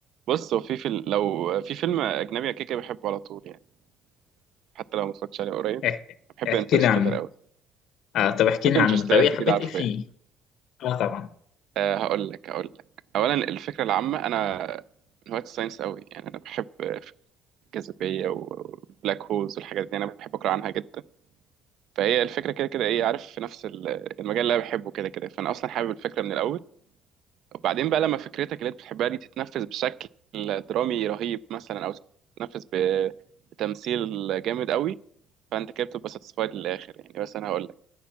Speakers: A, on the right; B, on the left.
A: بص هو في فيلم لو في فيلم اجنبي أنا كده كده بحبه على طول يعني حتى لو ما اتفرجتش عليه قريب
B: احكي
A: بحب
B: احكي
A: انترستيلر
B: لي عنه
A: قوي
B: آه طب احكي
A: بحب
B: لي
A: انترستيلر
B: عنه طب ايه
A: انت
B: حبيت
A: كده عارفه
B: ايه فيه
A: يعني
B: اه طبعا
A: أه هقول لك هقول لك اولا الفكره العامه انا من هواة الساينس قوي يعني انا بحب فكرة الجاذبيه والبلاك هولز والحاجات دي انا بحب اقرا عنها جدا فهي الفكره كده كده ايه عارف في نفس ال- المجال اللي انا بحبه كده كده فانا اصلا حابب الفكره من الاول وبعدين بقى لما فكرتك اللي انت بتحبها دي تتنفذ بشكل درامي رهيب مثلا او تتنفذ ب- بتمثيل جامد قوي فانت كده بتبقى ساتسفايد للاخر يعني بس انا هقول لك